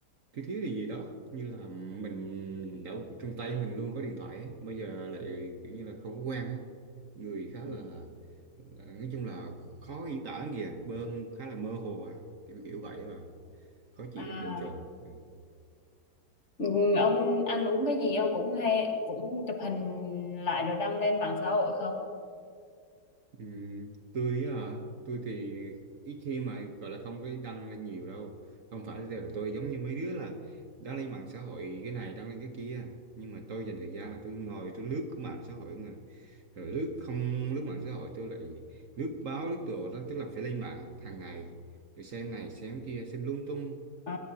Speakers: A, on the right; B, on the left.
A: thiếu thiếu điều gì đó như là mình đã trong tay mình luôn có điện thoại ấy. bây giờ lại kiểu như là không có quen ấy. người khá
B: Ừ.
A: là, là là nói chung là khó diễn tả lắm kìa bơn khá là mơ hồ à kiểu kiểu vậy và khó chịu
B: À,
A: bồn chồn ừ.
B: ừ, ông ăn uống cái gì ông cũng hay cũng chụp hình lại rồi đăng lên mạng xã hội không?
A: Ừm, tôi á hả tôi thì ít khi mà gọi là không có đăng lên nhiều đâu không phải là tôi giống như mấy đứa là đăng lên mạng xã hội cái này đăng lên cái kia nhưng mà tôi dành thời gian là tôi ngồi tôi lướt cái mạng xã hội mà rồi lướt không lướt mạng xã hội tôi lại lướt báo lướt đồ đó tức là phải lên mạng hàng ngày rồi xem này xem kia xem lung tung
B: Ờ,